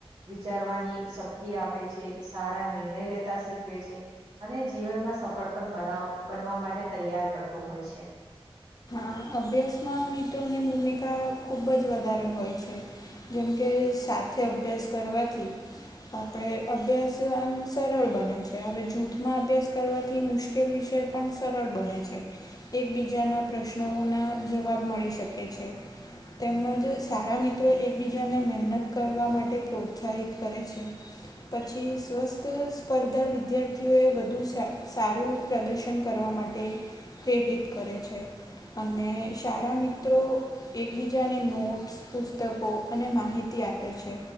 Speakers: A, on the right (about 55°); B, on the left (about 40°).
A: વિચારવાની શક્તિ આપે છે, સારા નિર્ણય લેતા શીખવે છે. અને જીવનમાં સફળ પણ બનાવ બનવા માટે તૈયાર કરતું હોય છે.
B: હા અભ્યાસમાં મિત્રોની ભૂમિકા ખૂબ જ વધારે હોય છે. જેમકે સાથે અભ્યાસ કરવાથી, તો આપણે અભ્યાસ આમ સરળ બને છે. હવે જૂથમાં અભ્યાસ કરવાથી મુશ્કેલ, કેલ વિષય પણ સરળ બને છે. એકબીજાના પ્રશ્ન નો ના જવાબ મળી શકે છે. તેમજ સારા મિત્રો એકબીજાને મહેનત કરવા માટે પ્રોત્સાહિત કરે છે. પછી સ્વસ્થ સ્પર્ધા વિદ્યાર્થીઓએ વધુ સારુ, પ્રદર્શન કરવા માટે પ્રેરિત કરે છે. અને સારા મિત્રોને, એકબીજાને નોટ્સ, પુસ્તકો અને માહિતી આપે છે.